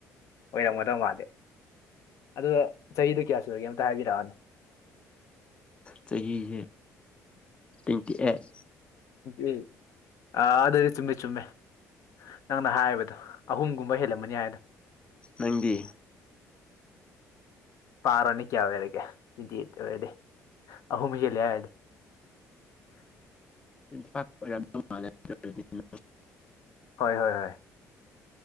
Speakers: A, on the left (about 60°); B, on the left (about 20°).
A: ꯑꯣꯏꯔꯝꯒꯗꯕ ꯃꯥꯜꯂꯤ ꯑꯗꯨ ꯆꯍꯤꯗꯨ ꯀꯌꯥ ꯁꯨꯔꯒꯦ ꯑꯝꯇ ꯍꯥꯏꯕꯤꯔꯛꯎꯅꯦ
B: ꯆꯍꯤꯁꯦ ꯇ꯭ꯋꯦꯟꯇꯤ ꯑꯦꯠ
A: ꯑꯦ ꯑ ꯑꯗꯨꯗꯤ ꯆꯨꯝꯃꯦ ꯆꯨꯝꯃꯦ ꯅꯪꯅ ꯍꯥꯏꯕꯗꯣ ꯑꯍꯨꯝꯒꯨꯝꯕ ꯍꯦꯜꯂꯝꯃꯅꯤ ꯍꯥꯏꯗ
B: ꯅꯪꯗꯤ
A: ꯄꯥꯔꯅꯤ ꯀꯌꯥ ꯑꯣꯏꯔꯒꯦ ꯇ꯭ꯋꯦꯟꯇꯤ ꯑꯩꯠꯇ ꯑꯣꯏꯔꯗꯤ ꯑꯍꯨꯝ ꯍꯦꯜꯂꯦ ꯍꯥꯏꯔꯗꯤ
B: <unintelligible>
A: ꯍꯣꯏ ꯍꯣꯏ ꯍꯣꯏ